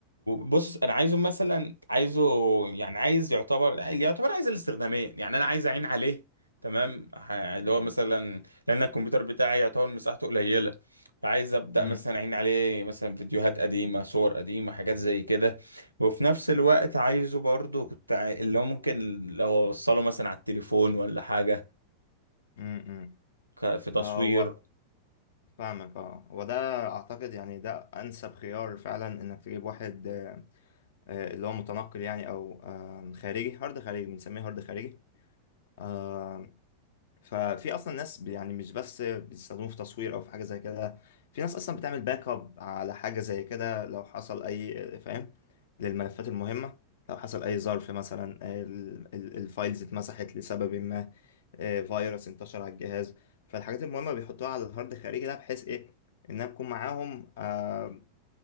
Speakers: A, on the right; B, on the left.
A: بص انا عايزه مثلا عايزه يعني عايز يعتبر اللي يعتبر عايز الاستخدامين يعني انا عايز اعين عليه تمام ح- اللي هو مثلا لان الكمبيوتر بتاعي يعتبر مساحته قليله فعايز ابدا
B: أمم،
A: مثلا اعين عليه مثلا فيديوهات قديمه صور قديمه حاجات زي كده وفي نفس الوقت عايزه برضو كنت عاي- اللي هو ممكن لو اوصله مثلا على التليفون ولا حاجه
B: أمم، أمم.
A: ك- في تصوير
B: آه و... فاهمك اه وده أعتقد يعني ده أنسب خيار فعلا إنك تجيب واحد آه، آه، اللي هو متنقل يعني أو آه، خارجي هارد خارجي بنسميه هارد خارجي آه، ففي اصلا ناس ب- يعني مش بس بيستخدموه في تصوير او في حاجه زي كده في ناس اصلا بتعمل باك اب على حاجه زي كده لو حصل اي فاهم للملفات المهمه لو حصل اي ظرف مثلا ال- ال- الفايلز اتمسحت لسبب ما آه، فيروس انتشر على الجهاز فالحاجات المهمه بيحطوها على الهارد الخارجي ده بحيث ايه انها تكون معاهم آه،